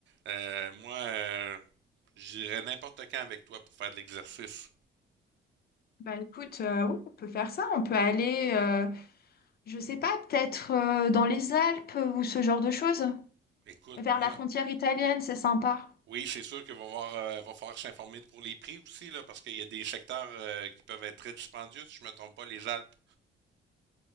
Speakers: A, on the right; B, on the left.
A: Euh, moi, euh, j'irais n'importe quand avec toi pour faire de l'exercice.
B: Bah écoute, euh, oui, on peut faire ça, on peut aller, euh, je sais pas, peut-être euh, dans les Alpes euh, ou ce genre de choses,
A: Écoute,
B: vers
A: moi,
B: la frontière italienne, c'est sympa.
A: Oui, c'est sûr qu'il va voir, euh, va falloir s'informer pour les prix aussi, là, parce qu'il y a des secteurs euh, qui peuvent être très dispendieux, si je me trompe pas, les Alpes.